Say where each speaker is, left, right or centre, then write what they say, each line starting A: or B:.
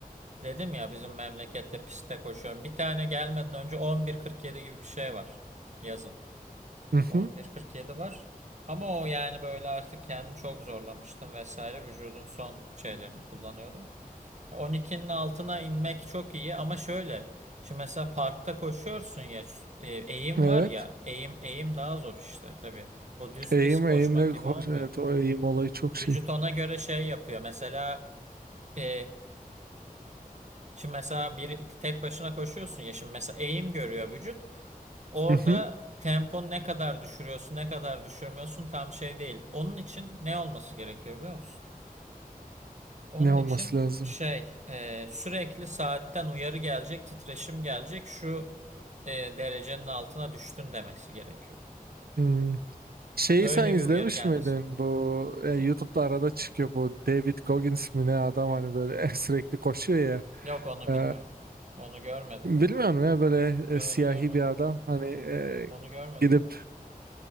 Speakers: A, on the right; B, on the right.
A: Dedim ya bizim memlekette pistte koşuyorum. Bir tane gelmeden önce 11.47 gibi bir şey var. Yazın.
B: hı hı.
A: 11.47 var. Ama o yani böyle artık kendimi çok zorlamıştım vesaire. Vücudun son şeylerini kullanıyordum. 12'nin altına inmek çok iyi ama şöyle. Şimdi mesela parkta koşuyorsun ya şu- e, eğim
B: Evet.
A: var ya eğim eğim daha zor işte tabii. O düz
B: Eğim
A: pis koşmak
B: eğimle
A: gibi
B: koş.
A: olmuyor.
B: Evet o eğim olayı çok şey.
A: Vücut ona göre şey yapıyor. Mesela e, Şimdi mesela bir tek başına koşuyorsun ya şimdi mesela eğim görüyor vücut. Orada
B: Hı hı.
A: tempon ne kadar düşürüyorsun, ne kadar düşürmüyorsun tam şey değil. Onun için ne olması gerekiyor biliyor musun? Onun
B: Ne olması
A: için
B: lazım?
A: şey e, sürekli saatten uyarı gelecek, titreşim gelecek. Şu e, derecenin altına düştün demesi gerekiyor.
B: Hmm. Şeyi
A: Öyle
B: sen izlemiş
A: bir uyarı gelmesi
B: miydin?
A: lazım.
B: Bu e, YouTube'da
A: E,
B: arada çıkıyor bu David Goggins mi ne adam hani böyle <laughs> sürekli koşuyor ya.
A: Yok onu
B: E,
A: bilmiyorum. Onu görmedim
B: bilmiyorum
A: ya.
B: ya böyle
A: Yok
B: e, siyahi
A: onu görmedim.
B: bir adam hani e,
A: Onu görmedim
B: gidip
A: bak.